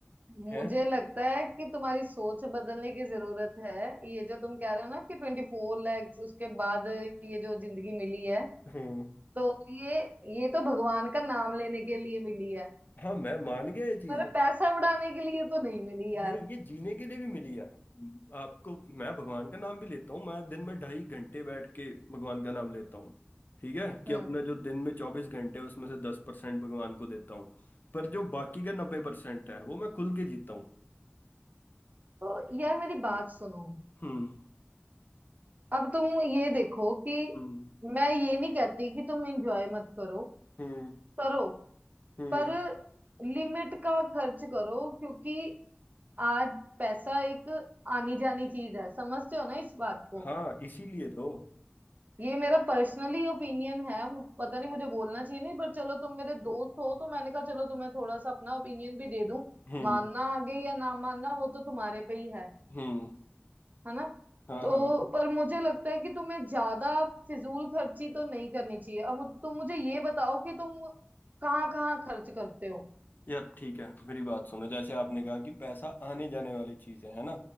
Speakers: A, on the right; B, on the left.
A: मुझे
B: हैं
A: लगता है कि तुम्हारी सोच बदलने की जरूरत है ये जो तुम कह रहे हो ना कि ट्वेंटी फोर लैक्स उसके बाद ये जो जिंदगी मिली है
B: हम्म
A: तो ये ये तो भगवान का नाम लेने के लिए मिली है
B: हाँ मैं मान गया ये चीज
A: पर पैसा उड़ाने के लिए तो नहीं मिली यार
B: नहीं ये जीने के लिए भी मिली है आपको मैं भगवान का नाम भी लेता हूँ मैं दिन में ढाई घंटे बैठ के भगवान का नाम लेता हूँ ठीक है कि
A: हम्म
B: अपना जो दिन में चौबीस घंटे है उसमें से दस परसेंट भगवान को देता हूँ पर जो बाकी का नब्बे परसेंट है वो मैं खुल के जीता हूँ
A: तो यार मेरी बात सुनो
B: हम्म
A: अब तुम ये देखो कि
B: हम्म
A: मैं ये नहीं कहती कि तुम एंजॉय मत करो
B: हम्म
A: करो
B: हम्म
A: पर लिमिट का खर्च करो क्योंकि आज पैसा एक आनी जानी चीज है समझते हो ना इस बात को
B: हाँ इसीलिए तो
A: ये मेरा पर्सनली ओपिनियन है मु- पता नहीं मुझे बोलना चाहिए नहीं पर चलो तुम मेरे दोस्त हो तो मैंने कहा चलो तुम्हें थोड़ा सा अपना ओपिनियन भी दे दूं
B: हम्म
A: मानना आगे या ना मानना वो तो तुम्हारे पे ही है
B: हम्म
A: है ना
B: हाँ
A: तो
B: हाँ
A: पर मुझे लगता है कि तुम्हें ज्यादा फिजूल खर्ची तो नहीं करनी चाहिए अब तुम मुझे ये बताओ कि तुम कहाँ कहाँ खर्च करते हो
B: यार ठीक है मेरी बात सुनो जैसे आपने कहा कि पैसा आने जाने वाली चीज है है ना